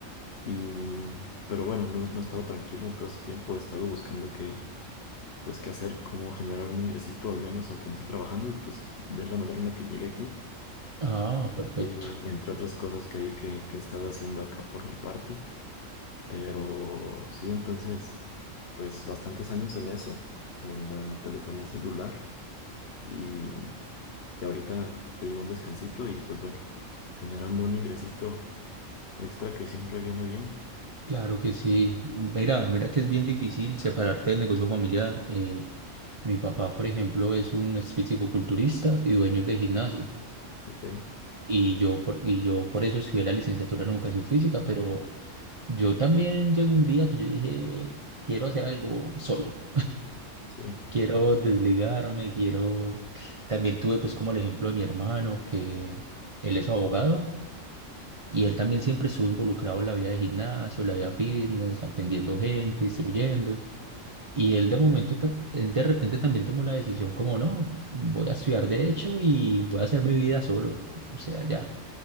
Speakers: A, on the left; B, on the right.
A: y pero bueno, no, no he estado tranquilo en todo este tiempo, he estado buscando qué pues qué hacer, cómo generar un ingresito al menos aunque no esté trabajando y pues de la manera en la que llegué aquí,
B: Ah, perfecto.
A: eh, entre otras cosas que hay que, que he estado haciendo acá por mi parte, pero sí, entonces pues bastantes años en eso, en la telefonía celular y Y ahorita te digo un descansito y pues bueno, generando un ingresito extra que siempre viene bien.
B: Claro que sí. Mira, mira que es bien difícil separarte del negocio familiar. Eh, mi papá, por ejemplo, es un ex fisicoculturista y dueño de gimnasio.
A: Ok.
B: Y yo, por, y yo por eso estudié la licenciatura en educación física, pero yo también llegó un día que yo dije, quiero hacer algo solo.
A: Sí,
B: Quiero desligarme, quiero... También tuve pues como el ejemplo de mi hermano, que él es abogado. Y él también siempre estuvo involucrado en la vida de gimnasio, la vida fitness, atendiendo gente, instruyendo. Y él de momento,
A: sí.
B: ta- él de repente también tomó la decisión como, no, voy a estudiar derecho y voy a hacer mi vida solo. O sea, ya.